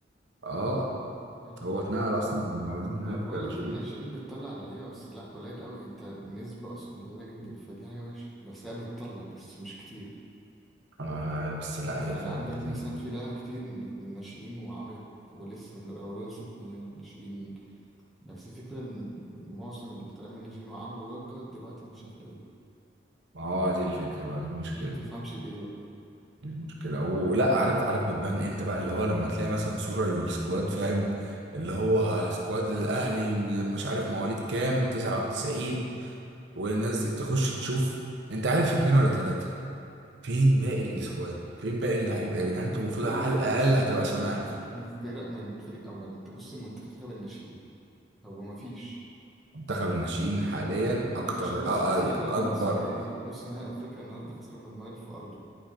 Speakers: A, on the right; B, in the centre.
A: اه
B: حلو.
A: هو اتنقل اصلا من المقاولين
B: ما
A: هناك
B: بقول
A: ناشئين
B: لك الناشئين بتطلع لعيبه بس لا قليل قوي انت النسبه اصلا قليله جدا فدي حاجه وحشه بس هي بتطلع بس مش كتير
A: آه بس لا
B: يعني
A: هي فعلا
B: عندك
A: كتير
B: مثلا في لعيبه كتير من الناشئين وعملت ولسه رمضان صبحي يعني ناشئين بس الفكرة إن معظم اللي طالع من ناشئين وعملوا ضجة دلوقتي مش هتلاقيه
A: ما هو دي الفكرة بقى دي المشكلة
B: دي متفهمش ليه بقى
A: دي المشكلة ولا عارف عارف بتبان امتى بقى اللي هو لما تلاقي مثلا صورة للسكواد فاهم اللي هو سكواد للأهلي مش عارف مواليد كام 99
B: امم
A: والناس دي تخش تشوف انت عارف اتنين ولا تلاتة فين باقي
B: بالظبط
A: السكواد فين باقي اللعيبة يا جدعان انتوا
B: والفكرة
A: المفروض على
B: إن أنت
A: الأقل
B: ناشئ
A: هتبقى
B: فكك
A: سامع
B: بقى فكك من فرق من فريق أول أنت بص المنتخب الناشئين هو مفيش
A: منتخب الناشئين حاليا
B: المنتخب
A: أكتر
B: الناشئين
A: أ-
B: لسه خسران النهاردة
A: أ- أكبر
B: نص نهائي نص نهائي أفريقيا النهاردة خسران من المغرب في أرضه